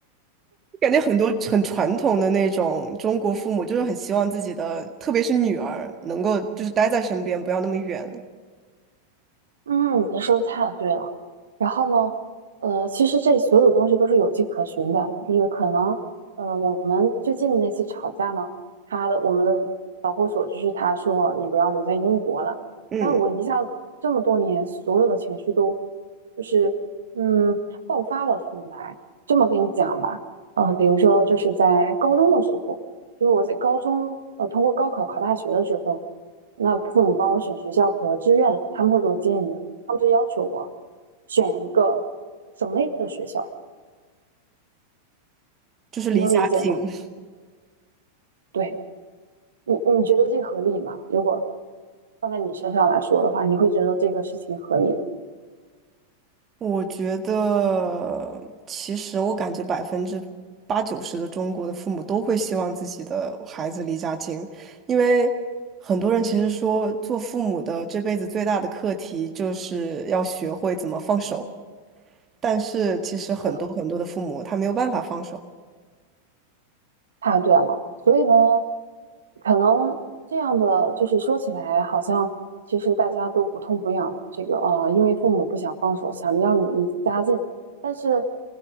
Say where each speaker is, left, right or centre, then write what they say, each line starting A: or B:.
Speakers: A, on the right (about 25°); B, on the right (about 65°).
A: 感觉很多很传统的那种中国父母就是很希望自己的，特别是女儿能够就是待在身边，不要那么远。
B: 嗯，你说的太对了。然后呢，呃，其实这所有的东西都是有迹可循的，就是可能，呃，我们最近那次吵架呢，他的我们的导火索就是他说你不要留在英国了，
A: 嗯，
B: 但我一下子这么多年所有的情绪都就是嗯爆发了出来。这么跟你讲吧，嗯，比如说就是在高中的时候，就是我在高中呃通过高考考大学的时候。那父母帮我选学校和志愿，他们会给我建议，他们就要求我选一个省内的学校，
A: 就是离家近。
B: 你能理解吗？对你，你觉得这合理吗？如果放在你身上来说的话，你会觉得这个事情合理
A: 我觉得，其实我感觉百分之八九十的中国的父母都会希望自己的孩子离家近，因为很多人其实说，做父母的这辈子最大的课题就是要学会怎么放手，但是其实很多很多的父母他没有办法放手，
B: 吗？太对了，所以呢，可能这样的就是说起来，好像其实大家都不痛不痒。这个呃，因为父母不想放手，想让你离家近，但是